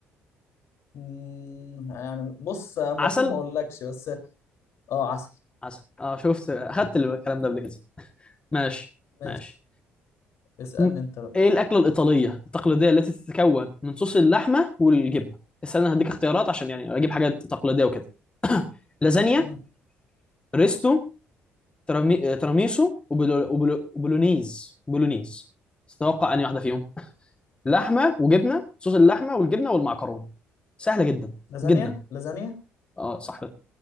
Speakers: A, on the left; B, on the left.
A: مم، يعني بص المفروض
B: عسل
A: ما اقولكش بس اه عسل
B: عسل اه شفت اخدت الكلام ده قبل كده ماشي
A: ماشي
B: ماشي
A: اسالني
B: م-
A: انت بقى
B: ايه الاكله الايطاليه التقليديه التي تتكون من صوص اللحمه والجبنه استنى هديك اختيارات عشان يعني اجيب حاجات تقليديه وكده لازانيا
A: مم.
B: ريستو ترامي... تراميسو وبلو... وبلو... وبولونيز بولونيز تتوقع انهي واحده فيهم لحمه وجبنه صوص اللحمه والجبنه والمعكرونه سهله جدا
A: لازانيا
B: جدا
A: لازانيا
B: اه صح